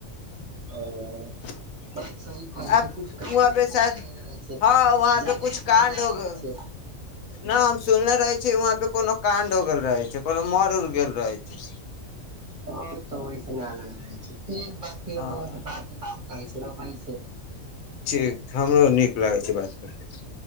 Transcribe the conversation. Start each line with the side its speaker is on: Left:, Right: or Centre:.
Right: ओ
Left: <unintelligible>
Right: बात सही कहै
Left: आ
Right: छै कुछ कारण
Left: वहाँ
Right: वश
Left: पे शायद
Right: न लगले रहे छै
Left: हँ वहाँ
Right: जगह
Left: पे कुछ
Right: कही
Left: कांड
Right: न
Left: होग
Right: रहे छै
Left: <inaudible> न हम सुनले रहे छीयै वहाँ पे कोनो <unintelligible> कांड हो गेल रहे छै कोनो मर उड़ गेल रहै छै
Right: ओ <unintelligible> तऽ ओहिस न लग रहै छै फेर ब <unintelligible> हमो
Left: हँ
Right: बाद मे बात करै छी रखै छै
Left: ठीक हमरो नीक लागै छै बात करैमे <inaudible>